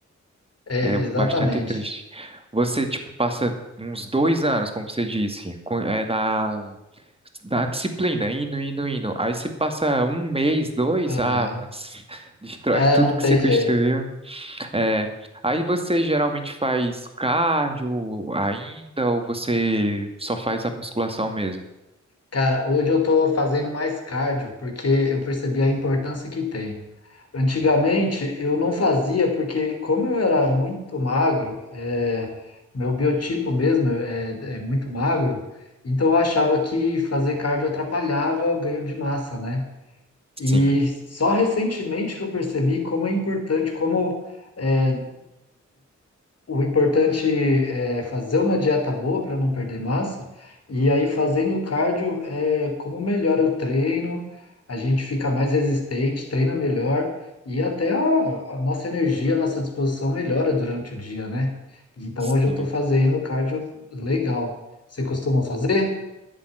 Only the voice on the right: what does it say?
é
bastante triste. Você, tipo, passa uns dois anos, como você disse, com- é, na, na disciplina, indo, indo, indo, aí você passa um mês, dois,
ah, mano, <laughs> destrói
tudo
que
você construiu.
É, aí você geralmente faz cardio ainda ou você só faz a musculação mesmo?
Sim,
sim.